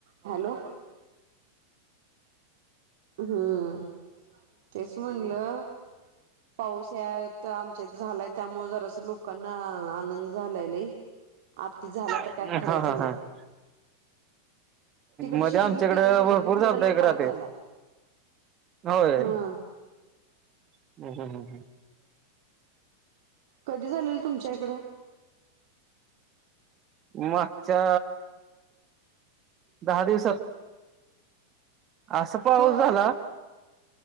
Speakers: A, on the right; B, on the right.
A: Hello. हम्म तेच म्हणलं पाऊस या तर आम झालाय त्यामुळे जरा अस लोकांना आनंद झाला लय. आति झाला तर
B: हा
A: काय खर्याचं
B: हा
A: नाही.
B: हा
A: तिकडं
B: मध्ये
A: शिरोलीत
B: आमच्याकडं
A: गॅरेज आहे
B: भरपूर
A: का तिकड
B: चालतंय
A: लई
B: एक
A: पाऊस
B: राहते
A: झाला.
B: होय
A: हा.
B: हम्म हम्म हम्म
A: कधी झालेल तुमच्या इकडं.
B: मागच्या दहा दिवसात असा पाऊस
A: होय
B: झाला.